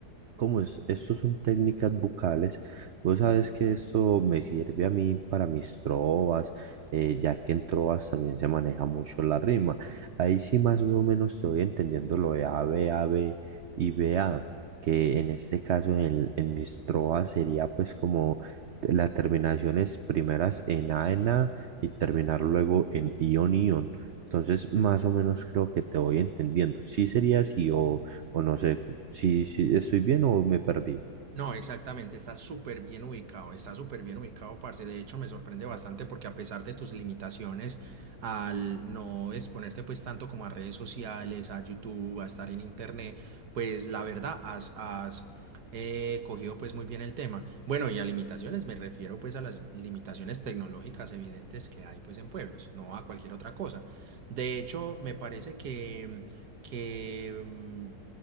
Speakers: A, on the right (about 55°); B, on the right (about 80°).
A: como es, estos son técnicas vocales, vos sabes que esto me sirve a mí para mis trovas, eh, ya que en trovas también se maneja mucho la rima. Ahí sí más o menos estoy entendiendo lo de A, B, A, B y B, A, que en este caso en, el- en mis trovas sería pues como las terminaciones primeras en A, en A y terminar luego en ion, ion. Entonces, más o menos creo que te voy entendiendo. Sí sería así o... O no sé, si, si estoy bien o me perdí.
B: No, exactamente, está súper bien ubicado, está súper bien ubicado, parce. De hecho, me sorprende bastante porque a pesar de tus limitaciones al no exponerte pues tanto como a redes sociales, a YouTube, a estar en internet, pues la verdad has, has eh, cogido pues muy bien el tema. Bueno, y a limitaciones me refiero pues a las limitaciones tecnológicas evidentes que hay pues en pueblos, no a cualquier otra cosa. De hecho, me parece que que mm,